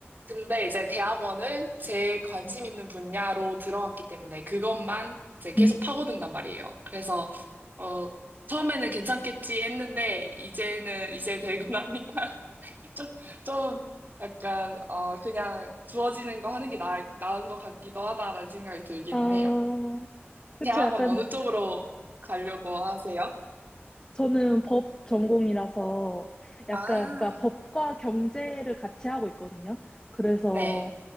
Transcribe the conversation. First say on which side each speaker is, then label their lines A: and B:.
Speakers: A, on the right (about 45°); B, on the left (about 20°).
A: 근데 이제 대학원은 제 관심 있는 분야로 들어왔기 때문에 그것만 이제 계속
B: 음.
A: 파고든단 말이에요. 그래서 어 처음에는 괜찮겠지 했는데 이제는 이제 되고 나니까 <laughs> 좀, 좀 약간 어 그냥 주어지는 거 하는 게 나, 나은 것 같기도 하다라는 생각이 들긴
B: 아,
A: 해요.
B: 그쵸.
A: 대학원
B: 약간
A: 어느 쪽으로 가려고 하세요?
B: 저는 법 전공이라서 약간,
A: 아,
B: 그러니까 법과 경제를 같이 하고 있거든요. 그래서,
A: 네.